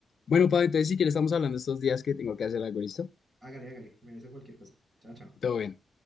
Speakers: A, on the left; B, on the right.
A: Bueno, Pablo, entonces si quieres estamos hablando estos días que tengo que hacer algo, ¿listo?
B: Hágale, hágale. Me avisa cualquier cosa. Chao, chao.
A: Todo bien.